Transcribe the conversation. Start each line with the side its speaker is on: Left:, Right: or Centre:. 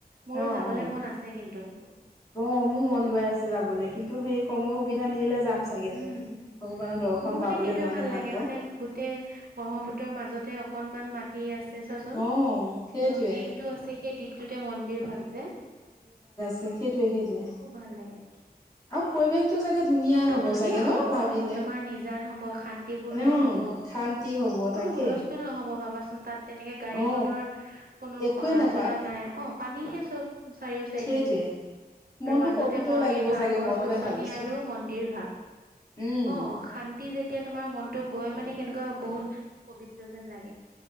Right: মোৰ
Left: অ
Right: যাবলৈ
Left: অ
Right: মন আছে কিন্তু
Left: অ মোৰ মন গাই আছে যাবলৈ কিন্তু সেই সময় সুবিধা মিলেলে যাম চাগে
Right: উম
Left: ভগৱানৰ দৰ্শন
Right: মোৰ মানে
Left: পাবলৈ
Right: সেইটোয়ে
Left: মনে
Right: ভাল লাগে
Left: পাওঁ
Right: মানে গোটেই ব্ৰহ্মপুত্ৰৰ মাজতে অকনমান মাটি আছে চাচোন
Left: অ সেইটোৱে
Right: ন দ্বীপটো আছে সেই দ্বীপটোতে মন্দিৰ ভাগ যে
Left: সেইটোয়ে সেইটোয়ে
Right: খুব ভাল লাগে
Left: আৰু পৰিৱেশটো চাগে ধুনীয়াই হব
Right: ধুনীয়া
Left: চাগে ন
Right: হ'ব
Left: ভাবিলে
Right: অ তোমাৰ নিজান হব শান্তিপূৰ্ণ
Left: উম
Right: হব
Left: শান্তি হ'ব
Right: কোনো
Left: তাকে
Right: হুলস্থ হুলস্থুল নহ'ব ভাবাচোন তাত তেনেকে গাড়ী
Left: অ
Right: মটৰ কোনো
Left: একোৱে
Right: অহা
Left: নাপায়
Right: যোৱা নাই অ পানীহে চব চাৰিও চাইডে
Left: সেইটোৱে
Right: আৰু
Left: মনটো
Right: মাজতে
Left: পবিত্ৰও
Right: মন্দিৰ
Left: লাগিব
Right: ভাগ
Left: চাগে
Right: গছ
Left: মনতে
Right: গছনি
Left: ভাবিছো
Right: আৰু ম এইভাগ
Left: উম
Right: অ শান্তি যেতিয়া তোমাৰ মনটো গৈ মানে কেনেকুৱা বহুত প্ৰবিত্ৰ যেন লাগে